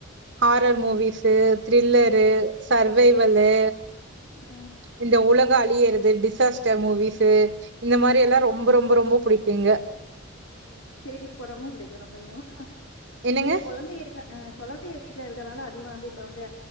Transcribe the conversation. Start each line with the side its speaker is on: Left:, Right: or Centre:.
Right: ஹாரர் மூவீஸு த்ரில்லரு
Left: ஆ
Right: சர்வைவலு
Left: ஆ
Right: இந்த உலக அழியறது டிசாஸ்டர் மூவீஸு இந்த மாரி
Left: ஆ
Right: எல்லா ரொம்ப ரொம்ப ரொம்ப புடிக்குங்க
Left: ம் தெறியானி படமு புடிக்கு ரொம்பையு
Right: என்னங்க?
Left: இப்ப கொழந்தை இருக்க அ கொழந்தைங்க வீடல இருக்கனால அதிகமா வந்து இப்ப வந்து